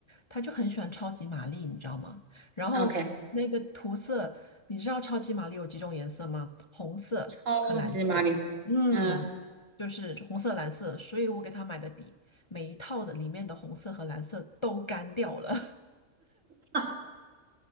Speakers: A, on the left; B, on the right.
A: 他就很喜欢超级玛丽，你知道吗？然后那个涂色，
B: ，OK，
A: 你知道超级玛丽有几种颜色吗？红色和蓝色，
B: 超级玛丽，
A: 嗯，
B: 嗯，
A: 就是红色、蓝色，所以我给他买的笔，每一套的里面的红色和蓝色都干掉了。
B: 啊